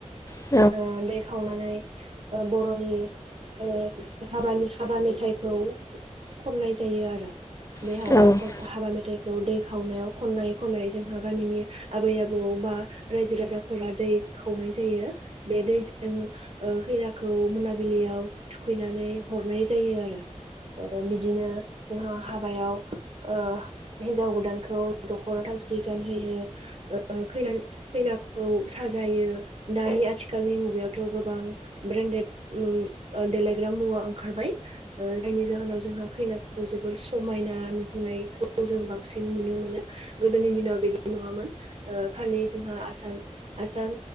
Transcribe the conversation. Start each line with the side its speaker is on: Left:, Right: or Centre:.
Left: औ
Right: ओ दै खावनानै ओ बर'नि ओ हाबानि हाबा मेथाइखौ खननाय जायो आरो। बे
Left: औ
Right: हाबाखौ
Left: औ
Right: हाबा मेथाइ दै खावनायाव खनाय खनै जोंहा गामिनि आबै आबौ बा रायजो राजाफोरा दै खावनाय जायो बे दैजों ओ खैनाखौ मोनाबिलियाव थुखैनानै हरनाय जायो आरो ओ बिदिनो जोंहा हाबायाव ओ हिन्जाव गोदानखौ दख'ना थावसि गानहोयो ओ खैनानि खैनाखौ साजायो। दानि आथिखालनि मुगायावथ' गोबां ब्रेन्डेड उम ओ देलायग्रा मुवा ओंखारबाय ओ जायनि जाहोनाव जोंहा खैना खौ जोबोर समायना नुहोननायखौ जों बांसिन नुनो मोनो गोदोनि दिनाव बिदि नङामोन ओ खालि जोंहा आसान आसान